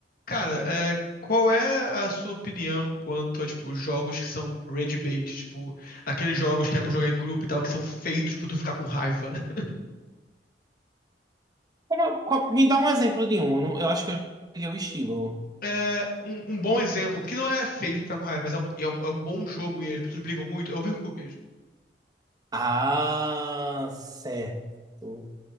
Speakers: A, on the left; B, on the right.
A: Cara, é, qual é a sua opinião quanto a, tipo, jogos que são rage bait? Tipo, aqueles jogos que é pra jogar em grupo e tal, que são feitos pra tu ficar com raiva. <laughs>
B: Qual- qual- Me dá um exemplo de um. eu não- eu acho que eu peguei o estilo.
A: É, um, um bom exemplo, que não é feito pra ficar com raiva, mas é um, é um, é um bom jogo e as pessoas brigam muito, é Overcooked.
B: Ah, certo.